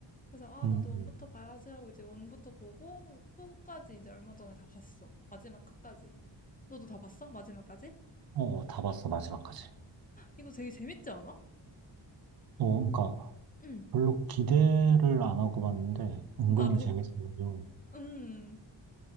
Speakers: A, on the left (about 20°); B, on the right (about 55°).
A: 그래서 아,
B: 응,
A: 나도 원부터
B: 응.
A: 봐야지 하고 이제 원부터 보고 후까지 이제 얼마 전에 다 봤어. 마지막 화까지. 너도 다 봤어? 마지막까지?
B: 어, 다 봤어, 마지막까지.
A: 이거 되게 재밌지 않아?
B: 어, 그러니까,
A: 응,
B: 별로 기대를 안 하고 봤는데 은근히
A: 나도.
B: 재밌어요.
A: 음.